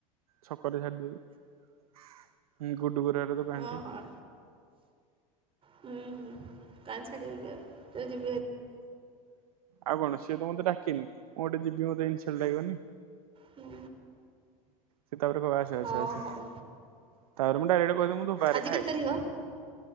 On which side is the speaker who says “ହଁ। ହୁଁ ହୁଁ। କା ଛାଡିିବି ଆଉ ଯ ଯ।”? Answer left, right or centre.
Right